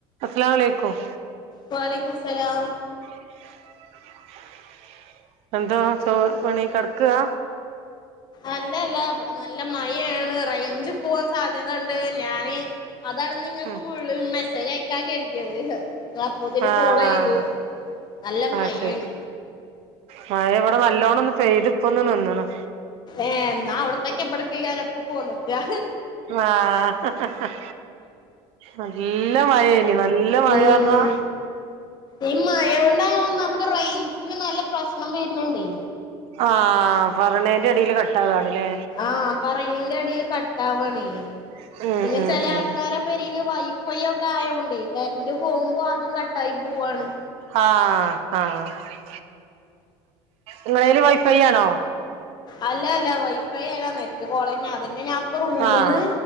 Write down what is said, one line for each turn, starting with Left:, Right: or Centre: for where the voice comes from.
Right: Us ലാമലൈക്കും.
Left: വ അലൈക്കും സലാം.
Right: <inaudible> എന്തോ, ചോ പണി കെട്ക്കാ.
Left: അല്ല അല്ല ഇബടെ നല്ല മഴയാണ് റൈഞ്ച്പോവാൻ സാധ്യതണ്ട് ഞാന് അതാണ് നിങ്ങക്ക്
Right: ഉം
Left: <unintelligible> മെസ്സേജ് അയക്കാ കർതിയത് ഞാ അപ്പോത്തേനും
Right: ആഹ്
Left: കോളെയ്തു. നല്ല
Right: ആഹ് ആഹ്
Left: മയേണ്.
Right: ശരി മഴ വടെ നല്ലോണൊന്ന് പെയ്ത് പ്പൊന്ന്നിന്ന്ണ്.
Left: ഏ എന്നാ അവ്ട്ത്തേക്കെ <unintelligible> <unintelligible> കാരം പ്പൊ പോന്ന്ക്കാ.
Right: ആഹ്, ഹ ഹ ഹ നല്ല മഴേനി. നല്ല മഴാർന്നാ
Left: ഉം ഈ മഴകൊണ്ടാണ് നമ്മുക്ക് റെയ്ഞ്ചിന്റെ നല്ല പ്രശ്നം വര്ണ് ണ്ടെയ്.
Right: ആഹ്, പറണേന്റെടീല് കട്ടാകാണ്ലേ.
Left: ആഹ്, പറയീന്റെടീല് കട്ടാവാണീ.
Right: <unintelligible>
Left: പിന്നെ ചെല ആൾക്കാരെ
Right: ഉം
Left: പെരേല് വൈഫൈ ഒക്കെ ആയോണ്ടെയ് കര്ന്റ് പോവുമ്പോ അതും കട്ടായി പോവാണ്.
Right: ആഹ്, ആഹ്, ആഹ്, ങ്ങളേല് വൈഫൈ ആണോ?
Left: അല്ല അല്ല വൈഫൈ എല്ലാന്നെ മോളെ ഞാൻ അതന്നെ ഞാൻ ഇപ്പ റൂമ്ന്ന്
Right: ആഹ്